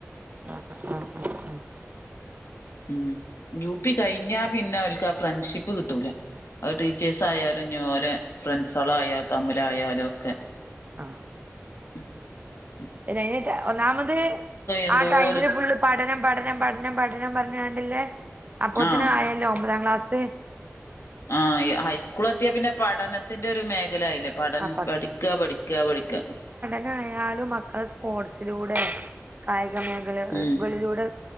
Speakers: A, on the right; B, on the left.
A: ആ ആ ആ
B: ഉം യു പി കഴിഞ്ഞാ പിന്നെ ഒൽക്ക് ആ ഫ്രണ്ട്ഷിപ്പ് കിട്ടൂല അ ടീച്ചേഴ്സ്
A: ആഹ്
B: ആയാലും ഇഞ്ഞ് ഓലെ ഫ്രണ്ട്സളായാൽ തമ്മിലായാലും ക്കെ
A: ആ
B: ഉം <inaudible>
A: അയ്ന് ഒന്നാമത്
B: എന്തോര്
A: ആ ടൈമില് ഫുള്ള് പഠനം പഠനം പഠനം പഠനം പറഞ്ഞാണ്ടില്ലേ അപ്പത്തിനായല്ലോ
B: ആഹ്
A: ഒമ്പതാം ക്ലാസ്സ്
B: ആ ഹൈസ്കൂൾ എത്തിയാ പിന്നെ പഠനത്തിന്റെ ഒരു മേഖല ആയില്ലെ പഠൻ
A: ആ
B: പഠിക്ക പഠിക്ക പഠിക്ക
A: അങ്ങനെ അായാലും മക്കളെ സ്പോർട്സിലൂടെ കായിക മേഖലകകളിലൂടെ
B: ഉം